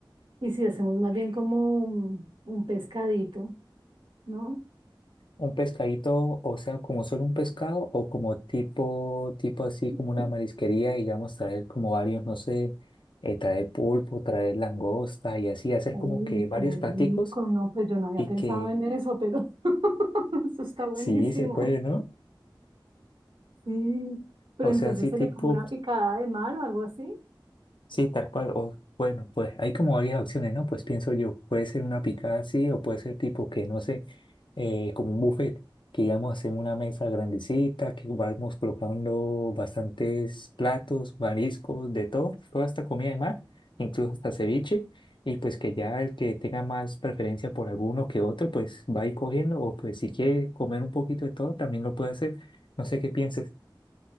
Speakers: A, on the right; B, on the left.
A: Y si hacemos más bien como un, un pescadito, ¿no?
B: Un pescadito, o sea, como solo un pescado o como tipo, tipo así como
A: Mm,
B: una marisquería, digamos, traer como varios, no sé, eh, traer pulpo, traer langosta y así, hacer
A: Uy,
B: como que varios
A: qué
B: platicos
A: rico, no, pues yo no había
B: y
A: pensado
B: que
A: en eso, pero <laughs> eso está buenísimo.
B: sí se puede, ¿no?
A: Sí, pero
B: O
A: entonces
B: sea, así
A: sería
B: tipo
A: como una picada de mar o algo así.
B: Sí, tal cual. O bueno, pues hay como varias opciones, ¿no? Pues pienso yo, puede ser una picada así o puede ser tipo que, no sé, eh, como un buffet, que digamos hacemos una mesa grandecita, que vamos colocando bastantes platos, mariscos, de todo, toda esta comida de mar, incluso hasta ceviche, y pues que ya el que tenga más preferencia por alguno que otro, pues va a ir cogiendo, o pues si quiere comer un poquito de todo, también lo puede hacer. No sé qué pienses.